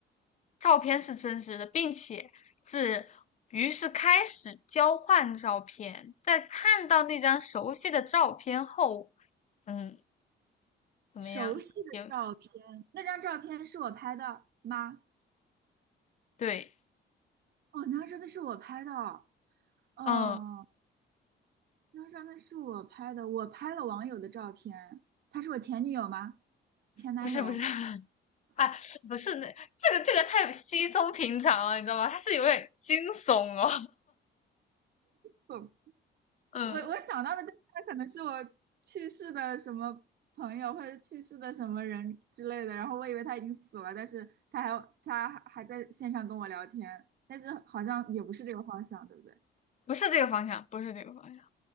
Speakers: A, on the left (about 35°); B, on the right (about 55°).
A: 照片是真实的，并且是于是开始交换照片，在看到那张熟悉的照片后，嗯，怎么样？
B: 熟悉的照片，
A: 有
B: 那张照片是我拍的吗？
A: 对，
B: 哦，那张照片是我拍的哦。哦，
A: 嗯，
B: 那张照片是我拍的，我拍了网友的照片。她是我前女友吗？前男友？
A: 不是不是。<laughs> 啊，不是那这个这个太稀松平常了，你知道吗？它是有点惊悚哦，
B: 不。
A: <laughs> 嗯，
B: 我我想到的这个可能是我去世的什么朋友，或者是去世的什么人之类的，然后我以为他已经死了，但是他还他还还在线上跟我聊天，但是好像也不是这个方向，对不对？
A: 不是这个方向，不是这个方向，